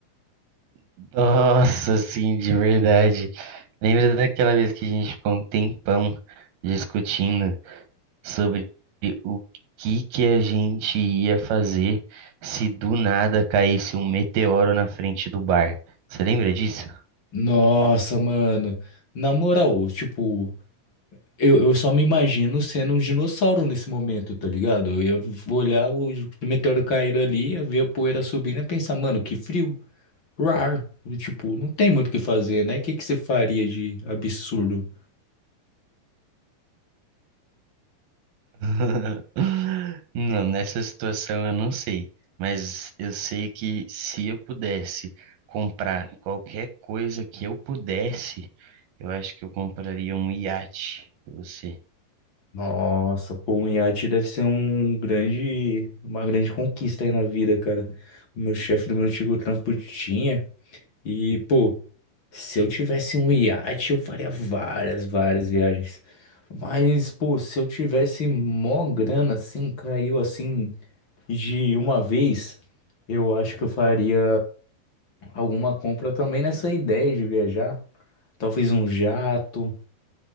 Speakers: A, on the right; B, on the left.
A: Nossa, sim, de verdade. Lembra daquela vez que a gente ficou um tempão discutindo? sobre o que que a gente ia fazer se do nada caísse um meteoro na frente do bar. Você lembra disso?
B: Nossa, mano. Na moral, tipo. Eu, eu só me imagino sendo um dinossauro nesse momento, tá ligado? Eu ia olhar o meteoro cair ali, ia ver a poeira subindo e pensar, mano, que frio. Rar. Tipo, não tem muito o que fazer, né? O que que você faria de absurdo?
A: <laughs> Não, nessa situação eu não sei, mas eu sei que se eu pudesse comprar qualquer coisa que eu pudesse, eu acho que eu compraria um iate. E Você.
B: Nossa, pô, um iate deve ser um grande, uma grande conquista aí na vida, cara. O meu chefe do meu antigo trampo tinha. E, pô, se eu tivesse um iate, eu faria várias, várias viagens. Mas, pô, se eu tivesse mó grana assim, caiu assim de uma vez, eu acho que eu faria alguma compra também nessa ideia de viajar. Talvez um jato,